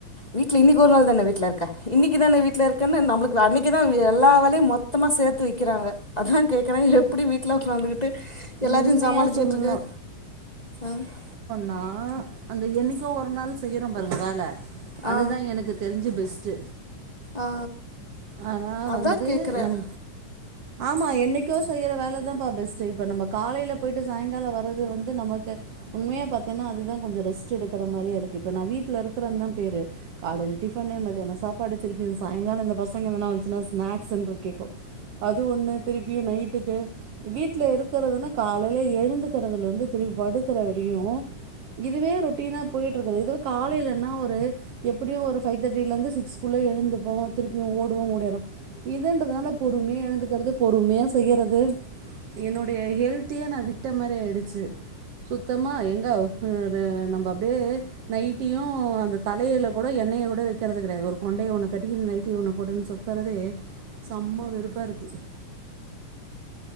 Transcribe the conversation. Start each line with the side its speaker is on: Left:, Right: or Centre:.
Left: வீட்ல இன்னைக்கு ஒரு நாள் தான வீட்ல இருக்கன இன்னைக்கு தான வீட்டல இருக்குன்னு நம்மளுக்கு அன்னைக்கு தா எல்லா வேலையு மொத் த்தமா சேத்து வைக்கிறாங்க அதா கேக்குறே எப்டி வீட்ல உக்காந்துட்டு
Right: உண்மையா
Left: எல்லாரையு சமாளிச்சிக்ட்டுருக்க
Right: சொல்லணு
Left: அ
Right: நா அந்த என்னைக்கோ ஒரு நாள் செய்யிறோ பாருங்க வேல அதுதா
Left: ஆ
Right: எனக் தெரிஞ்சு பெஸ்ட்
Left: ஆ
Right: ஆனா
Left: அதா
Right: வந்து
Left: கேக்குறே
Right: நம் ஆமா என்னைக்கோ செய்ற வேல தாப்பா பெஸ்ட் இப்ப நம்ப காலையில போயி்ட்டு சாயங்கால வர்றது வந்து நமக்கு உண்மையா பத்தேன்னா அதுதா கொஞ்ச ரெஸ்ட் எடுக்கிற மாரியே இருக்கு இப்ப நா வீட்ல இருக்கிறன்தா பேரு காலைல டிஃபனு மதியான சாப் பாடு திருப்பியு சாயங்கால இந்த பசங்க எதுனா வந்துச்சுன்னா ஸ்நாக்ஸுனு கேட்கு அது ஒன்னு திருப்பியு நைட்டுக்கு வீட்ல இருக் இருக்கிறதுன்னா காலையில எழுந்துக்கறதுல இருந்து திருப்பி படுக்கிறவரையு இதுவே ரொட்டீனா போயிட்ருக்குது இதுவே காலையிலன்னா ஒரு எப்டியு ஒரு ஃவைவ் தேட்டில இருந்து சிக்ஸ்குள்ள எழுந்துப்போ திருப்பி ஓடுவோ ஓடியேறோ இதுன்றதுனால பொறுமையா எழுந்துக்கறது பொறுமையா செய்யறது என்னோ பே ஹெல்த்தியே நா விட்ட மாரி ஆய்டுச்சி சுத்தமாக எங்க ம் ரே நம்ப அப்டியே நைட்டியு அந்த தலையில கூட எண்ணெய கூட வைக்கிறது கிடையாது ஒரு கொண்டைய ஒண்ணு கட்டிக்னு நைட்டி ஒண்ணு போட்டுக்னு சொ தறதே செம்மா வெறுப்பா இருக்கு